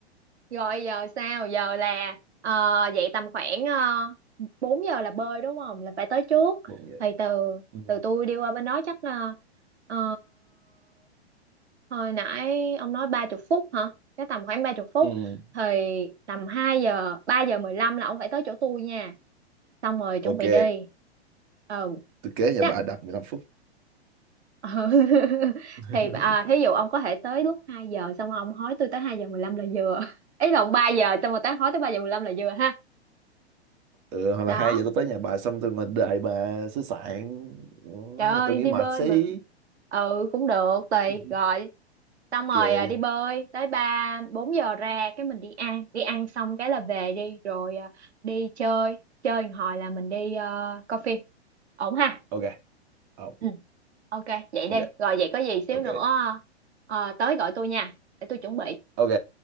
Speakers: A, on the right; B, on the right.
A: rồi giờ sao giờ là ờ, dậy tầm khoảng uh, 4 giờ là bơi đúng không là phải tới trước
B: bốn vậy
A: thì từ
B: ừ.
A: từ tôi đi qua bên đó chắc là ờ, hồi nãy ông nói ba chục phút hả cái tầm khoảng ba chục phút
B: ừ.
A: thì tầm 2 giờ 3 giờ 15 là ông phải tới chỗ tôi nha xong rồi chuẩn
B: ok
A: bị đi ừ
B: tôi kế nhà
A: chắc
B: bà đạp mười lăm phút
A: ừ. <laughs>
B: <laughs>
A: thì à, thí dụ ông có thể tới lúc 2 giờ xong rồi ông hối tôi tới 2 giờ 15 là vừa <laughs> ý lộn 3 giờ xong rồi tán hối tới 3 giờ 15 là vừa ha
B: ừ, hoặc
A: đó
B: là hai giờ tôi tới nhà bà xong tôi ngồi đợi bà xứ sạn Ừ,
A: trời ơi
B: tôi nghĩ
A: đi
B: mệt
A: bơi
B: xí
A: mà ừ cũng được tùy
B: Ừ,
A: rồi xong rồi
B: ok
A: à, đi bơi tới ba bốn giờ ra cái mình đi ăn đi ăn xong cái là về đi rồi à, đi chơi chơi một hồi là mình đi ờ, coi phim ổn ha
B: ok Ờ,
A: ừ ok vậy đi
B: ok
A: rồi vậy có gì xíu
B: ok
A: nữa ờ, tới gọi tôi nha để tôi chuẩn bị
B: ok